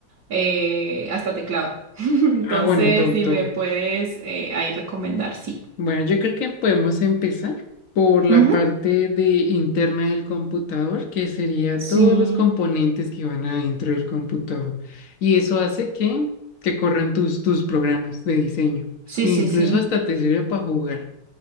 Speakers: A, on the right; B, on the left.
A: eh, hasta teclado. <laughs> Entonces,
B: Ah, bueno, todo,
A: si
B: todo.
A: me puedes eh, ahí recomendar, sí.
B: Bueno, yo creo que podemos empezar por la
A: Ujú.
B: parte de interna del computador, que sería
A: Sí,
B: todos los componentes que van adentro del computador. Y eso hace que, que corran tus, tus programas de diseño.
A: sí,
B: E
A: sí,
B: incluso
A: sí.
B: hasta te sirve para jugar.